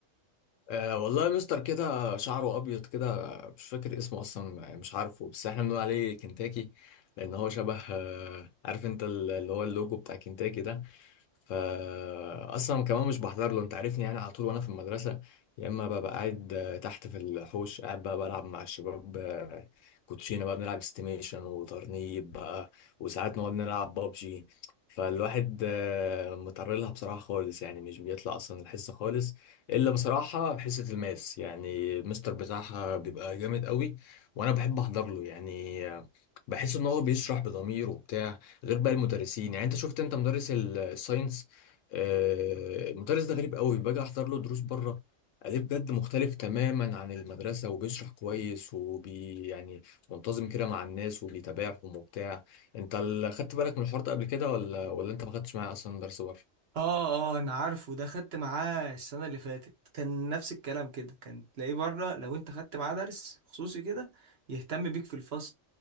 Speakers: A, on the left (about 75°); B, on the right (about 55°).
A: أه والله مستر كده شعره ابيض كده مش فاكر اسمه اصلا مش عارفه بس احنا بنقول عليه كنتاكي لان هو شبه آه، عارف انت ال- اللي هو اللوجو بتاع كنتاكي ده فاصلا كمان مش بحضر له انت عارفني يعني على طول وانا في المدرسه يا اما ببقى قاعد آه، تحت في الحوش قاعد بقى بلعب مع الشباب آه، كوتشينه بقى بنلعب استيميشن وترنيب بقى وساعات نقعد نلعب بابجي فالواحد آه، متعرض لها بصراحه خالص يعني مش بيطلع اصلا الحصه خالص الا بصراحه حصه الماس يعني المستر بتاعها بيبقى جامد قوي وانا بحب احضر له يعني آه، بحس ان هو بيشرح بضمير وبتاع غير بقى المدرسين يعني انت شفت انت مدرس ال- الساينس آه، المدرس ده غريب قوي باجي احضر له دروس بره عليه بجد مختلف تماما عن المدرسة وبيشرح كويس وبي يعني منتظم كده مع الناس وبيتابعهم وبتاع انت ال- خدت بالك من الحوار ده قبل كده ولا ولا انت ما خدتش معايا اصلا درس بره
B: اه اه انا عارفه ده خدت معاه السنة اللي فاتت كان نفس الكلام كده كان تلاقيه بره لو انت خدت معاه درس خصوصي كده يهتم بيك في الفصل